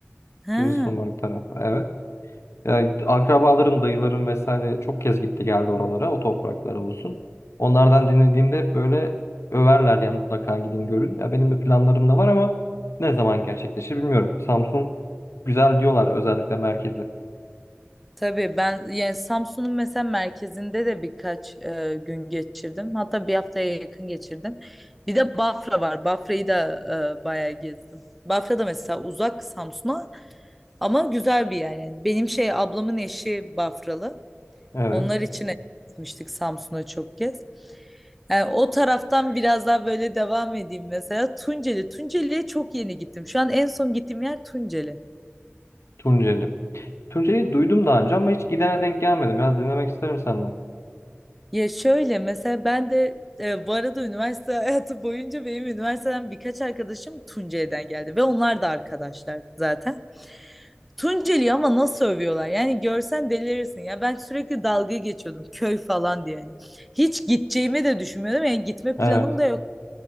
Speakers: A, in the centre; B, on the left (about 75°).
A: Ha,
B: Giresunlu var bir tarafta evet. Yani akrabalarım, dayılarım vesaire çok kez gitti geldi oralara, o topraklara olsun. Onlardan dinlediğimde hep böyle överler yani mutlaka gidin görün. Ya benim de planlarım da var ama ne zaman gerçekleşir bilmiyorum. Samsun güzel diyorlar özellikle merkezi.
A: tabii ben yani Samsun'un mesela merkezinde de birkaç e, gün geçirdim. Hatta bir haftaya yakın geçirdim. Bir de Bafra var. Bafra'yı da e, bayağı gezdim. Bafra da mesela uzak Samsun'a ama güzel bir yer yani. Benim şey ablamın eşi Bafralı.
B: Evet.
A: Onlar için gitmiştik Samsun'a çok kez. Yani o taraftan biraz daha böyle devam edeyim mesela. Tunceli. Tunceli'ye çok yeni gittim. Şu an en son gittiğim yer Tunceli.
B: Tunceli. Tunceli'yi duydum daha önce ama hiç gidene denk gelmedim. Biraz dinlemek isterim senden.
A: Ya şöyle mesela ben de e, bu arada üniversite <laughs> hayatı boyunca benim üniversiteden birkaç arkadaşım Tunceli'den geldi ve onlar da arkadaşlar zaten. Tunceli'yi ama nasıl övüyorlar? Yani görsen delirirsin. Ya ben sürekli dalga geçiyordum köy falan diye. Yani. Hiç gideceğimi de düşünmüyordum. Yani gitme
B: Evet.
A: planım da yok.